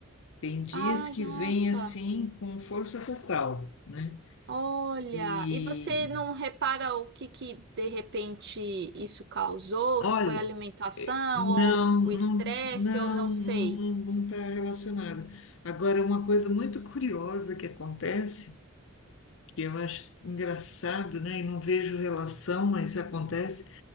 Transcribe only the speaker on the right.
Ai,
nossa.
Olha,
e você não repara o que que de repente isso causou?
Se foi a alimentação
ou o
estresse
ou não sei.